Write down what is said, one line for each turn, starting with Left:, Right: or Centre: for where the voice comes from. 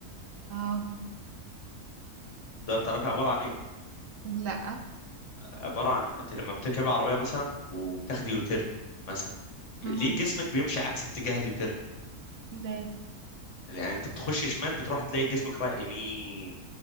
Right: اه
Left: ده تعرفي عبارة عن ايه
Right: لا
Left: عبارة عن انت لما بتركبي عربية مثلا وبتاخدي يوتيرن مثلا م-
Right: مم.
Left: ليه جسمك بيمشي عكس اتجاه اليوتيرن
Right: لا
Left: يعني انت بتخش شمال بتروح تلاقي جسمك رايح يمين